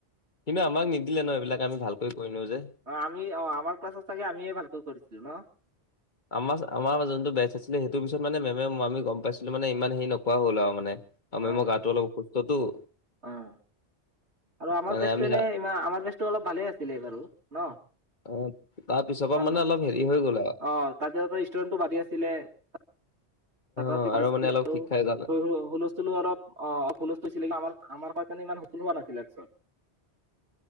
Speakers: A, on the left (about 45°); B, on the right (about 85°).
A: কিন্তু আমাক নিদিলে ন এইবিলাক, আমি ভালকৈ কৰি নিওঁ যে।
B: অ', আমি, অ', আমাৰ ক্লাছত চাগে আমিয়েই ভালকৈ কৰিছিলো চাগে ন।
A: আমাৰ, আমাৰ যোনটো বেচ আছিলে, সেইটো পিছত মানে মেমে আমি গম পাইছিলোঁ মানে ইমান হেৰি নকৰা হ'ল আৰু মানে। আৰু মেমৰ
B: অ
A: গাটো অলপ <unintelligible> তো।
B: অ'। আৰু আমাৰ
A: মানে
B: বেচটো
A: আমি
B: এনেই,
A: যা-
B: আমাৰ বেচটো অলপ ভালে আছিলে বাৰু ন।
A: অ তাৰ পিছৰ পৰা
B: অ', <unintelligible>
A: মানে অলপ হেৰি হৈ গ'ল আৰু
B: ষ্টুৰেণ্টটো বাঢ়ি আছিলে। <inaudible> অলপ
A: অ
B: অ',
A: আৰু মানে অলপ শিক্ষাই জানা
B: হুলস্থুল হৈছিলে, <unintelligible> আমাৰ কথা <unintelligible> চা